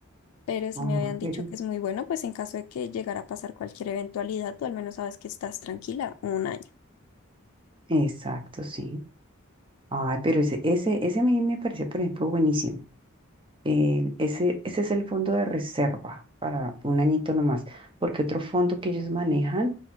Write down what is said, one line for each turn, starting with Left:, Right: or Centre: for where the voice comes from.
Left: Pero si
Right: ah,
Left: me habían
Right: pero...
Left: dicho que es muy bueno, pues en caso de que llegara a pasar cualquier eventualidad, tú al menos sabes que estás tranquila un año.
Right: Exacto, sí. Ay, pero ese, ese, ese a mí me parece, por ejemplo, buenísimo. el- ese, ese es el fondo de reserva para un añito nomás, porque otro fondo que ellos manejan